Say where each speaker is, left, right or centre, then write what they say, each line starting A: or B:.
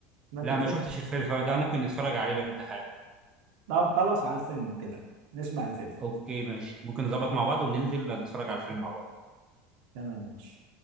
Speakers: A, on the right; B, on the right.
A: سمعت
B: لا
A: الفيلم
B: ما شفتش الفيلم فده ممكن نتفرج عليه لو انت حابب
A: طب خلاص على الفيلم كده نسمع الفيلم
B: اوكي ماشي ممكن نظبط مع بعض وننزل نتفرج على الفيلم مع بعض
A: تمام ماشي